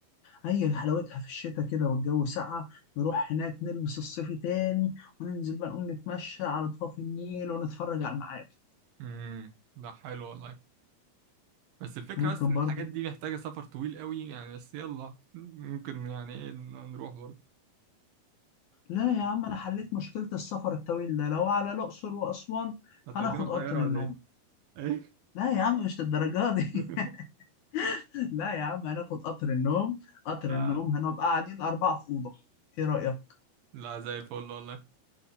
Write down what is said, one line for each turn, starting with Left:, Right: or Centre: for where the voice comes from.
Left: هي حلاوتها في الشتاء كده والجو ساقعة نروح هناك نلبس الصيفي تاني وننزل بقى نقوم نتمشى على ضفاف النيل ونتفرج على المعابد
Right: امم ده حلو والله بس الفكرة
Left: ممكن
Right: بس إن
Left: برضو
Right: الحاجات دي محتاجة سفر طويل أوي يعني بس يلا ممكن يعني إيه نروح برضه
Left: لا يا عم أنا حليت مشكلة السفر الطويل ده لو على الأقصر وأسوان
Right: هتودينا
Left: هناخد
Right: بطيارة
Left: قطر النوم
Right: ولا إيه؟ إيه؟
Left: لا يا عم مش للدرجة دي
Right: <laughs>
Left: <laughs> لا يا عم هناخد قطر النوم قطر
Right: لا
Left: النوم هنبقى قاعدين أربعة في أوضة إيه رأيك؟
Right: لا زي الفل والله